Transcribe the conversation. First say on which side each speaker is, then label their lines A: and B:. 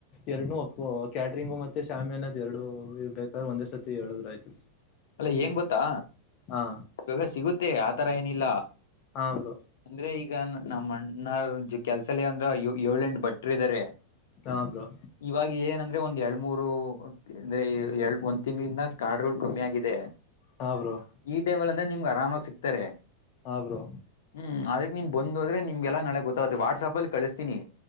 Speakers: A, on the left; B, on the left.
A: ಎರಡ್ನು ಒಪ್ಪೋ ಕ್ಯಾಟ್ರಿಂಗ್ ಮತ್ತೆ ಶಾಮಿಯಾನ. ಎರಡು ಇರ್ಬೇಕಾದರೆ ಒಂದೇ ಸತಿ ಹೇಳಿದ್ರ ಆಯ್ತು.
B: ಅಲ್ಲ ಏನ್ ಗೊತ್ತಾ
A: ಹಾ
B: ಇವಾಗ ಸಿಗುತ್ತೆ ಆತರ ಏನಿಲ್ಲ.
A: ಹಾ ಬ್ರೊ.
B: ಅಂದ್ರೆ ಈಗ ನಮ್ಮಣ್ಣರ್ ಕೆಲ್ಸಲ್ಲೆ ಹಂಗ ಏಳ್ ಎಂಟು ಭಟ್ರ್ ಇದಾರೆ.
A: ಹಾ ಬ್ರೋ.
B: ಇವಾಗ ಏನಂದ್ರೆ ಒಂದ್ ಎರಡ್ ಮೂರು ಅಂದ್ರೆ ಎ ಒಂದ್ ತಿಂಗಳಿಂದ <unintelligible> ಕಮ್ಮಿಯಾಗ್ ದೇ
A: ಹಾ ಬ್ರೋ
B: ಈ ಟೈಮ್ಲ್ ಅಂದ್ರೆ ನಿಮ್ಗೆ ಆರಾಮಾಗ್ ಸಿಗ್ತಾರೆ.
A: ಹಾ ಬ್ರೊ.
B: ಹ್ಮ ಅದಕ್ ನೀನ್ ಬಂದೋದ್ರೆ ನಿಮಗೆಲ್ಲ ನಾಳೆ ಗೊತ್ತಾಗುತ್ತೆ ವಾಟ್ಸಾಪಲ್ಲಿ ಕಳಿಸ್ತಿನಿ.